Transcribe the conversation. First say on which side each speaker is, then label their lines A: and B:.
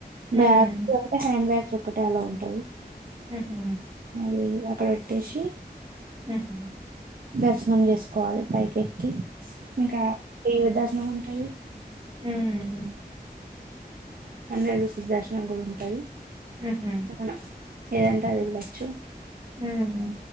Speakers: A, on the right (about 30°); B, on the right (about 60°).
A: హ్మ్.
B: బ్యాగ్స్ అంటే హ్యాండ్ బ్యాగ్స్ ఒక్కటే అలో ఉంటది
A: ఆహ
B: అది అక్కడ పెట్టేసి
A: ఉహ్
B: దర్శనం చేసుకోవాలి పైకెక్కి ఇంకా ఏమి దర్శనం ఉంటది
A: ఉహ్మ్
B: హండ్రెడ్ రూపీస్ దర్శనం కూడా ఉంటాంది
A: హుహు.
B: మనం ఏదంటే అది వెళ్ళచ్చు
A: ఉమ్న